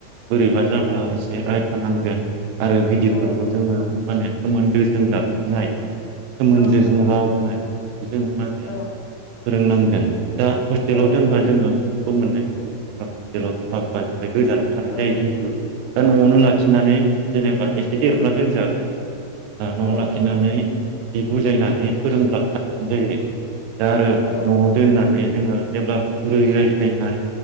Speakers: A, on the right (about 85°); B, on the left (about 80°).
A: बोरैबा
B: औ
A: जाब्ला एसे राय थानांगोन आरो गिदिरफोरखौ
B: औ
A: जोङो माने सोमोन्दोजों गाबज्रिनाय सोमोन्दोजों
B: औ नंगौ
A: राव होनाय जोङो माहो
B: औ
A: फोरोंनांगोन दा हस्टेलाव
B: औ नंगौ औ
A: दोनबा जोङो बेखौ मोननाय नङा <unintelligible> ओमफ्राय गोजानाव थानाय
B: औ
A: जायो जिहेथु दा न'आवनो
B: औ
A: लाखिनानै जेनेबा एसे देरब्ला दोनजागोन न'आव
B: औ
A: लाखिनानै बिदि बुजायनानै फोरोंब्ला साबसिन जायो दा आरो
B: औ
A: न'आव दोननानै
B: नंगौ औ
A: जेनबा जेब्ला गुरै रायज्लायनाय